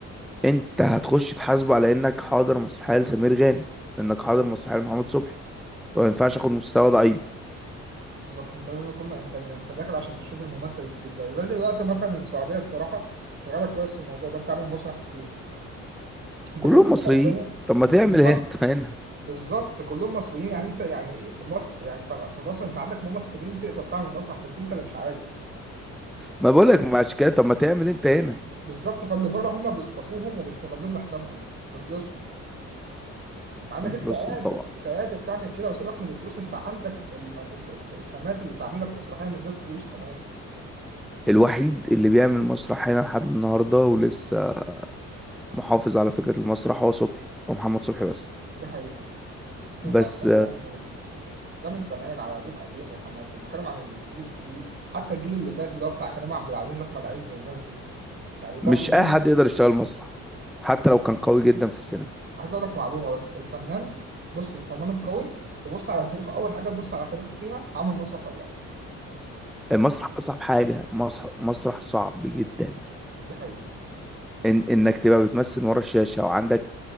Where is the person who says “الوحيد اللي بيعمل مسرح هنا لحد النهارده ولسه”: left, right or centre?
Centre